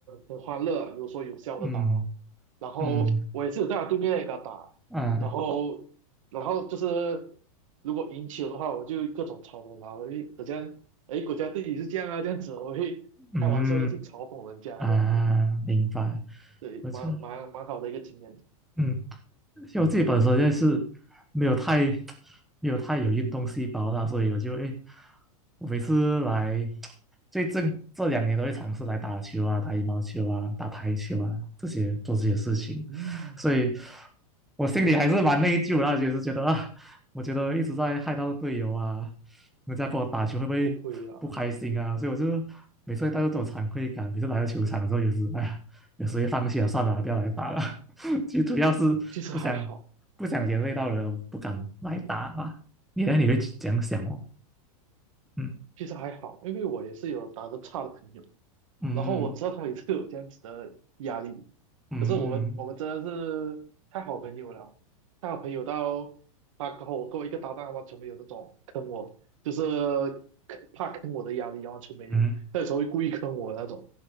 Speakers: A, on the right; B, in the centre.
A: 很欢乐，有说有笑的打哦。
B: 嗯，
A: 然后我也是有在他对面给他打，
B: 嗯，啊，
A: 然后然后就是如果赢球的话，我就各种嘲讽他，我会好像哎国家队也是这样啊这样子，我会开玩笑的去嘲讽人家这样子，
B: 嗯，啊，明白，
A: 对，
B: 我这。
A: 蛮蛮蛮好的一个经验。
B: 嗯。因为我自己本身就是没有太 <tsk> 没有太有运动细胞啦，所以我就哎，我每次来最近这两年都会尝试来打球啊、打羽毛球啊、打排球啊这些做这些事情，
A: 嗯，
B: 所以我心里还是蛮内疚的啦，就是觉得啊，我觉得一直在害到队友啊，人家跟我打球会不会不开心啊？
A: 不亏啊，
B: 所以我就每次会带着这种惭愧感，每次来到球场的时候也是，哎呀，有时候也放弃了，算了啊，不要来打了。最主要是不想不想连累到人，
A: 其实还好，
B: 不敢来打吧。你呢？你会这样想哦？嗯
A: 其实还好，因为我也是有打得差的朋友。
B: 嗯
A: 然后我知道他们也是有这样子的压力，
B: 嗯
A: 可是我们我们真的是太好朋友了，太好朋友到他跟我跟我一个搭档完全没有那种坑我，就是怕坑我的压力啊完全没有，
B: 嗯
A: 他有时候会故意坑我的那种，